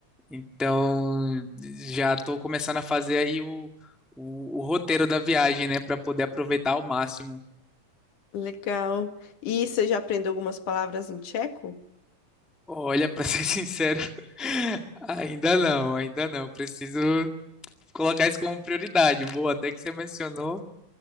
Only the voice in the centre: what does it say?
Então, já estou começando a fazer aí o, o, o roteiro da viagem, né, para poder aproveitar ao máximo.
Olha, para <laughs> ser sincero, ainda não, ainda não. Preciso colocar isso como prioridade. Boa, até que você mencionou,